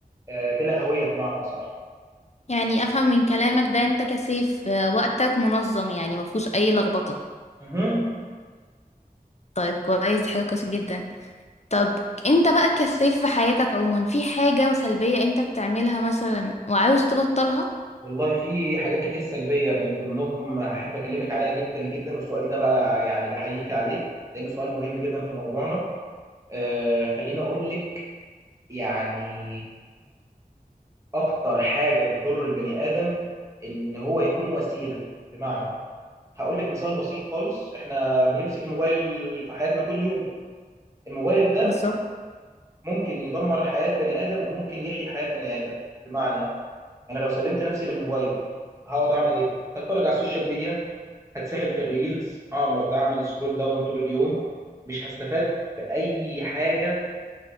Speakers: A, on the right (about 20°); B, on the left (about 45°).
A: آه، بلا هويه بمعنى اصح
B: يعني افهم من كلامك ده انت كسيف آه، وقتك منظم يعني مفهوش اي لخبطة
A: مهم.
B: طيب كويس دي حاجة كويسة جدا طب انت بقى كسيف في حياتك عموما في حاجة سلبية انت بتعملها مثلا وعاوز تبطلها
A: والله في حاجات كتير سلبية من ضمنهم أحب أكلمك عليها جدا جدا والسؤال ده بقى يعني بحييك عليه لأنه سؤال مهم جدا في موضوعنا آه خليني أقول لك يعني أكتر حاجة تضر البني آدم إن هو يكون وسيلة بمعنى هقول لك مثال بسيط خالص إحنا بنمسك الموبايل في حياتنا كل يوم الموبايل ده
B: بالظبط
A: ممكن يدمر حياة بني آدم وممكن يحيي حياة بني آدم بمعنى انا لو سلمت نفسي للموبايل هقعد اعمل ايه هتفرج على السوشيال ميديا هتسحل في الريلز هقعد اعمل سكرول داون طول اليوم مش هستفاد باي حاجه